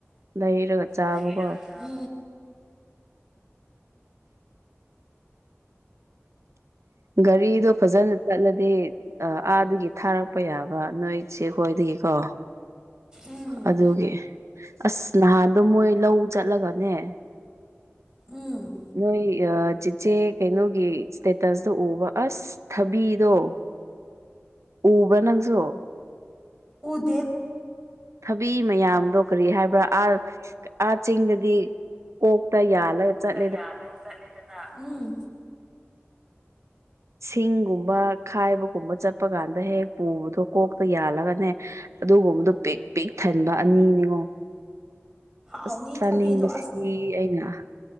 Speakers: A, on the right (about 80°); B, on the right (about 15°).
A: ꯂꯩꯔꯒ ꯆꯥꯕꯀꯣ
B: ꯂꯩꯔꯒ ꯆꯥꯕ
A: ꯒꯥꯔꯤꯗꯣ ꯐꯖꯅ ꯆꯠꯂꯗꯤ ꯑ ꯑꯥꯗꯒꯤ ꯊꯥꯔꯛꯄ ꯌꯥꯕ ꯅꯣꯏ ꯆꯦꯈꯣꯏꯗꯒꯤꯀꯣ ꯑꯣ
B: ꯎꯝ
A: ꯑꯗꯨꯒꯤ ꯑꯁ ꯅꯍꯥꯟꯗꯣ ꯃꯣꯏ ꯂꯧ ꯆꯠꯂꯒꯅꯦ
B: ꯎꯝ
A: ꯅꯣꯏ ꯆꯤꯆꯦ ꯀꯩꯅꯣꯒꯤ ꯏꯁꯇꯦꯇꯁꯇꯣ ꯎꯕ ꯑꯁ ꯊꯕꯤꯗꯣ ꯎꯕ꯭ꯔꯥ ꯅꯪꯁꯨ
B: ꯎ ꯗꯦ
A: ꯕꯤ ꯃꯌꯥꯝꯗꯣ ꯀꯔꯤ ꯍꯥꯏꯕ꯭ꯔꯥ ꯑꯥ ꯑꯥ ꯆꯤꯡꯗꯗꯤ ꯀꯣꯛꯇ ꯌꯥꯜꯂꯒ ꯆꯠ
B: ꯀꯣꯛꯇ ꯌꯥꯜꯂꯒ ꯆꯠꯂꯤꯗꯅ ꯎꯝ
A: ꯁꯤꯡ ꯨꯒꯨꯝꯕ ꯈꯥꯏꯕꯒꯨꯝꯕ ꯆꯠꯄ ꯀꯥꯟꯗ ꯍꯦꯛ ꯄꯨꯕꯗꯣ ꯀꯣꯛꯇ ꯌꯥꯜꯂꯒꯅꯦ ꯑꯗꯨꯒꯨꯝꯕꯗꯣ ꯄꯤꯛ ꯄꯤꯛ ꯊꯟꯕ ꯑꯅꯤ ꯅꯤꯉꯣ
B: ꯍꯥꯎꯅꯤ
A: ꯑꯁ ꯆꯥꯅꯤꯡꯕꯁꯤꯗꯤ
B: ꯊꯕꯤꯗꯣ
A: ꯑꯩꯅ